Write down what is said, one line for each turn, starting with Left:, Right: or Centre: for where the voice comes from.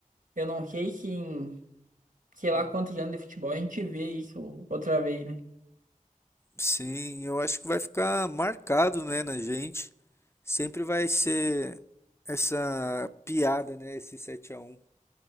Right: Eu não sei se em sei
Left: Hum,
Right: lá quantos anos de futebol a gente vê isso outra vez, né?
Left: Sim, eu acho que vai ficar marcado, né, na gente. Sempre vai ser essa piada, né, esse sete a um.